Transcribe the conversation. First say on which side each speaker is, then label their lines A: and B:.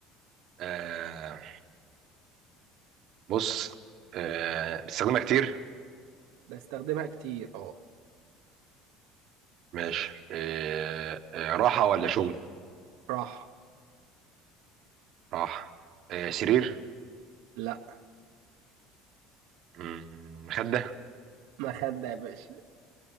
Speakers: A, on the right; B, on the right.
A: آه بص آه بتستخدمها كتير
B: بستخدمها كتير اه
A: ماشي آه آه راحة ولا شغل
B: راح
A: راح آه سرير
B: لا
A: مم، مخدة
B: ما خد يا باشا